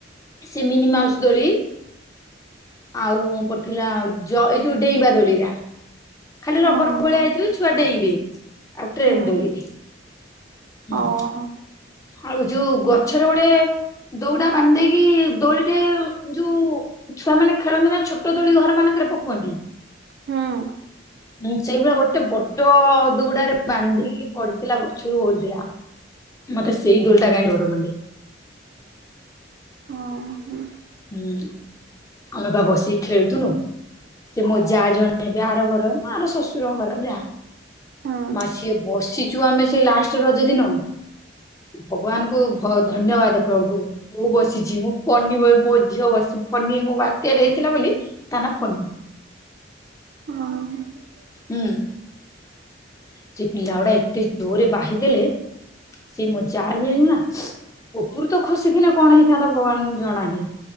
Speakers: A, on the left; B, on the right.
A: ସେ ମିନି ମାଉସ ଦୋଳି। ଆଉ ପଡିଥିଲା ଜ ଏଇ ଯୋଉ ଡେଇଁବା ଦୋଳି ଟା। ଖାଲି
B: ହଁ
A: ରବର ଭଳିଆ
B: ହଁ
A: ହେଇଥିବ ଛୁଆ ଡେଇଁବେ। ଆଉ ଟ୍ରେନ୍
B: ହୁଁ
A: ଦୋଳି ହୁଁ।
B: ଓହୋ
A: ଆଉ ଯୋଉ ଗଛର ଗୋଟେ। ଦଉଡା ବାନ୍ଧ ଦେଇକି ଦୋଳିରେ ଯୋଉ ଛୁଆ ମାନେ ଖେଳନ୍ତି ନା ଛୋଟ ଦୋଳି ଘର ମାନ କେରେ ପୋକୁଅନ୍ତି।
B: ହୁଁ।
A: ହଁ ସେଇଭଳିଆ ଗୋଟେ ବଡ ଦଉଡାରେ ବାନ୍ଧିକି ପଡିଥିଲା ଗଛରୁ ଓହଳି ଥିଲା।
B: ହ
A: ମତେ ସେଇ ଦୋଳି ଟା କାଇଁ ଡର ମାଣ୍ଡେ।
B: ହଁ ହଁ।
A: ହୁଁ ଆମେ ପା ବସିକି ଖେଳୁଥୁନୁ। ସେ ମୋ ଯା ଜଣେ ହେବେ ଆର ଘର ମୋ ଆର ଶଶୁର ଘର ଯା।
B: ହଁ।
A: ମା ସିଏ ବସିଛୁ ଆମେ ସେ ଲାଷ୍ଟ ରଜ ଦିନ। ଭଗବାନଙ୍କୁ ଧ-ଧନ୍ୟବାଦ ପ୍ରଭୁ ମୁଁ ବସିଛି ମୁଁ ପଡନି ଝିଅ ବସିଛି ଫନି ମୋ ବାତ୍ୟାରେ ହେଇଥିଲା ବୋଲି ତା ନା ଫନି।
B: ହଁ
A: ହୁଁ। ସେ ପିଲା ଗୁଡା ଏତେ ଜୋରରେ ବାହି ଦେଲେ ସେ ମୋ ଯା ଯିଏ ନା ଉପରୁ ତ ଖସିଥିଲେ କଣ ହେଇଥାନ୍ତା ଭଗବାନ ଜଣା ନାହିଁ।